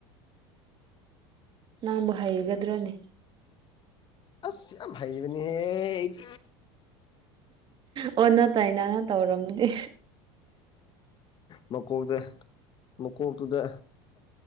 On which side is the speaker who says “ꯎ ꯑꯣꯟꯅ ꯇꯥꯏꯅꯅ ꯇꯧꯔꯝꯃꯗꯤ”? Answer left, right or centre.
Right